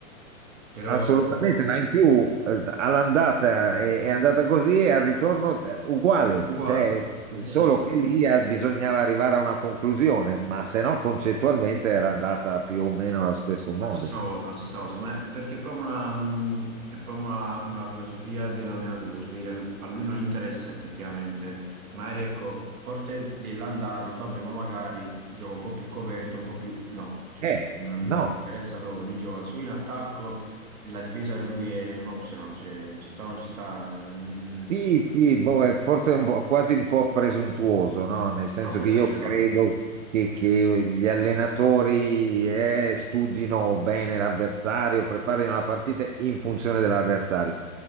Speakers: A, on the right; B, on the right.
A: Però
B: Assolutamente,
A: Ok.
B: ma in più eh, all'andata è, è andata così e al ritorno eh, uguale,
A: uguale,
B: cioè,
A: la stessa
B: solo
A: cosa.
B: che lì eh, bisognava arrivare a una conclusione, ma se no concettualmente era andata più o meno allo stesso modo.
A: La stessa cosa, la stessa cosa, ma è perché è proprio una, mh, è proprio una, una filosofia dell'allenatore, cioè vedi, a lu- a lui non interessa effettivamente, magari ecco, forte dell'andata, ha detto vabbè, ma magari gioca un po' più coperto, un po' più... No, cioè
B: Eh,
A: non,
B: no,
A: non gli interessa proprio, lui gioca solo in attacco e la difesa per lui è un optional, cioè ci sta o non ci sta, mm,
B: sì, sì, boh, è forse un po', quasi un po' presuntuoso, no? Nel senso
A: troppo
B: che
A: esagerato.
B: io credo che, che gli allenatori eh, studino bene l'avversario, preparino la partita in funzione dell'avversario.